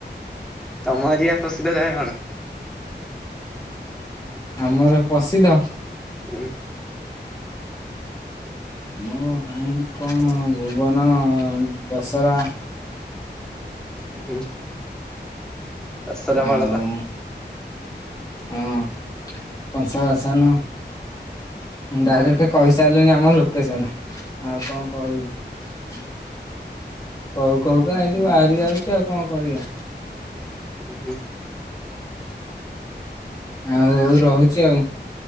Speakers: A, in the centre; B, on the left.
A: ତମ ଏରିଆ ପ୍ରସିଦ୍ଧ ଗାଁ କଣ?
B: ଆମର ପ୍ରସିଦ୍ଧ?
A: ହୁଁ।
B: ମୋର ଭାଇ କଣ ଭୁବନ, ଦଶହରା।
A: ଉ ହୁଁ। ଦଶରା
B: ଆଉ
A: ବଳଦ
B: ହଁ କଂସା ବାସନ। ମୁଁ ଡାଇରେକ୍ଟ କହିସାରିଲିଣିି ଆମ ଲୋକେସନ। ଆଉ କଣ କହିବି? କହୁ କହୁ କା ଏମତି ବାହାରି ଯାଉଚି। ଆଉ କଣ କରିବା।
A: ଉ ହୁଁ।
B: ଆଉ ହଉ ରହୁଚି ଆଉ।